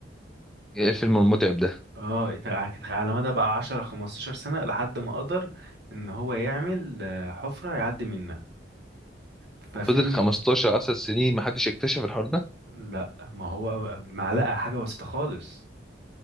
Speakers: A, in the centre; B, on the right.
A: ايه الفيلم المتعب ده
B: اه ت- كانت على مدى بقى 10 15 سنة لحد ما قدر ان هو يعمل آه، حفرة يعدي منها ففيلم
A: فضل 15 10 سنين ما حدش اكتشف الحوار ده
B: لا ما هو معلقة حاجة بسيطة خالص